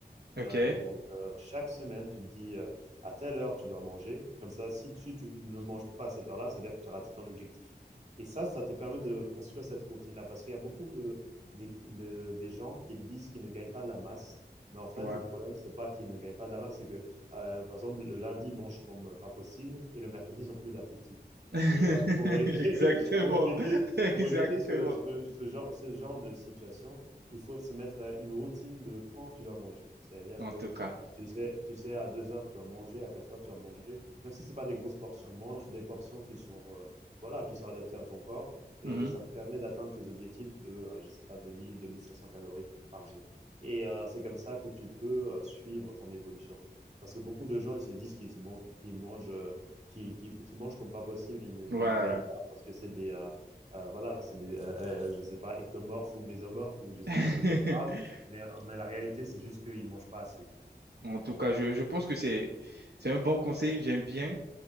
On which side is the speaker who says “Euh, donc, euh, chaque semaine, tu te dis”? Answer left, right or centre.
Right